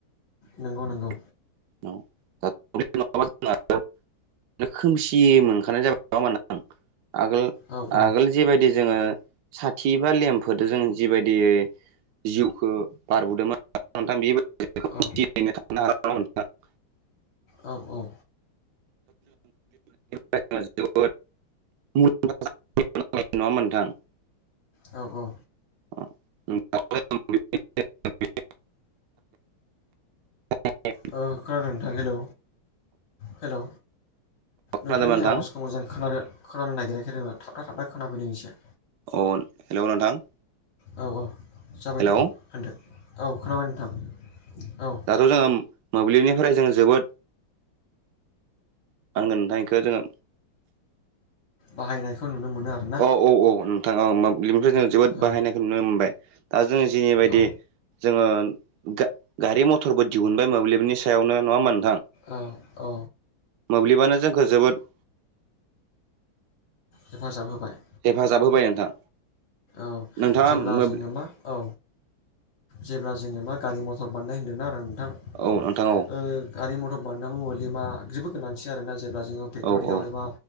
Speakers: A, on the right (about 70°); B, on the left (about 60°).
A: <unintelligible>
B: नंगौ नंगौ
A: औ <unintelligible> खोमसियोमोन <unintelligible> आगोल
B: औ औ
A: आगोल जिबायदि जोङो साथि बा लेमफोरदो जों जिबायदि जिउखो बारबोदोंमोन नोंथां
B: औ
A: <unintelligible>
B: औ औ
A: जोबोद <unintelligible> नङा होनबा नोंथां?
B: औ औ
A: <unintelligible> <unintelligible>
B: खोनादों नोंथां हेलौ हेलौ नोंथांनि
A: खोनादोंबा नोंथां
B: आवाज समाव जों खोनान-खोनानो नागिराखै आरो थाबथा थाबना खोनादों एसे
A: अ हेलौ नोंथां।
B: औ औ जाबाय
A: हेलौ
B: दे होनदो औ खोनाबाय नोंथां औ।
A: दाथ' जोङो मोब्लिबनिफ्राय जों जोबोद मा होनगोन नोंथां इखो जोङो
B: बाहायनायखौ नुनो मोनो आरो ना।
A: औ औ नोंथां औ मोब्लिबनिफ्राय जों जोबोद
B: औ
A: बाहायनायखौ नुनो मोनबाय दा जों जिनि बायदि
B: औ
A: जोङो गा गारि मथरबो दिहुनबाय मोब्लिबनि सायावनो नङा होनबा नोंथां?
B: औ औ
A: मोब्लिबानो जोंखो जोबोद
B: हेफाजाब होबाय।
A: हेफाजाब होबाय नोंथां।
B: औ
A: नोंथाङा
B: जेब्ला
A: मोब्लिब
B: जोङो मा औ जेब्ला जोङो मा गारि मथर बानायनाय होनदोंना आरो नोंथां।
A: औ नोंथां औ।
B: गारि मथर <unintelligible> जोबोद गोनांथि आरोना जेब्ला जोङो फेक्ट'रियाव
A: औ औ
B: एबा